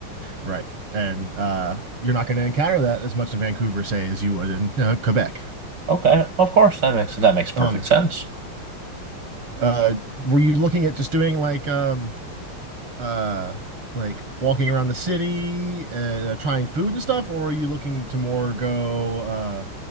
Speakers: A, on the right; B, on the right.
A: right? And uh, you're not going to encounter that as much in Vancouver, say, as you would in uh, Quebec.
B: Okay, of course that makes that makes perfect
A: Um,
B: sense.
A: uh, were you looking at just doing like um, uh, like walking around the city, uh, trying food and stuff, or are you looking to more go uh,